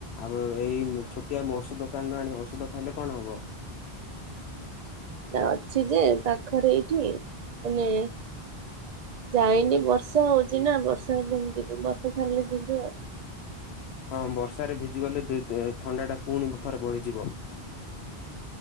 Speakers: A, on the left; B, on the right.
A: ଆଉ ଏଇ ଛୋଟିଆ ଔଷଧ ଦୋକାନ୍ ରୁ ଆଣି। ଔଷଧ ଖାଇଲେ କଣ ହବ?
B: ନା ଅଛି ଯେ ପାଖରେ ଏଇଠି। ମାନେ ଯାଇନି ବର୍ଷା ହଉଛି ନା ବର୍ଷା ହେଲେ କେମିତି ଜିବି? ବର୍ଷା ଛାଡ଼ିଲେ ଯିବି ଆଉ।
A: ହଁ ବର୍ଷାରେ ଭିଜି ଗଲେ ଥଣ୍ଡା ଟା ପୁଣି ଥରେ ବଢ଼ି ଯିବ?